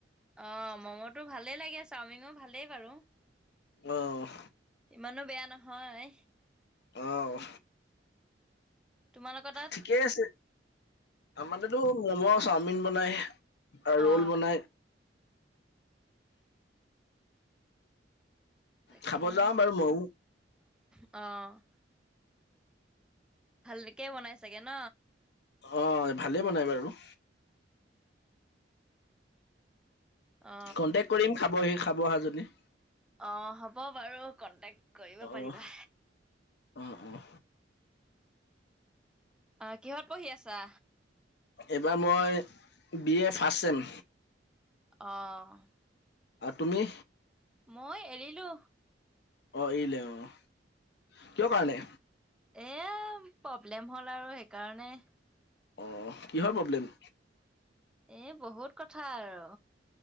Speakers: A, in the centre; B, on the left.
A: অ', ম'ম'টো ভালেই লাগে চাওমিনো ভালেই বাৰু।
B: অ'।
A: ইমানো বেয়া নহয়।
B: অ',
A: তোমালোকৰ তাত?
B: ঠিকে আছে আমাৰ তাত টো ম'ম' চাওমিন বনাই ৰ'ল
A: অ
B: বনাই।
A: তাকে
B: খাব যাওঁ বাৰু ময়ো।
A: অ'। ভালকে বনাই চাগে ন?
B: অ', ভালে বনাই বাৰু।
A: অ
B: কণ্টেক্ট কৰিম খাবহি খাব আহা যদি।
A: অ', হ'ব বাৰু কণ্টেক্ট কৰিব
B: অ',
A: পাৰিবা।
B: অ', অ'।
A: অ', কিহত পঢ়ি আছা?
B: এইবাৰ মই বি এ ফাৰ্ষ্ট চেম।
A: অ'।
B: আৰু তুমি?
A: মই এৰিলো।
B: অ', এৰিলে অ' কিয় কাৰণে?
A: এ প্ৰব্লেম হ'ল আৰু সেইকাৰণে।
B: অ' কিহৰ প্ৰব্লেম?
A: এ বহুত কথা আৰু।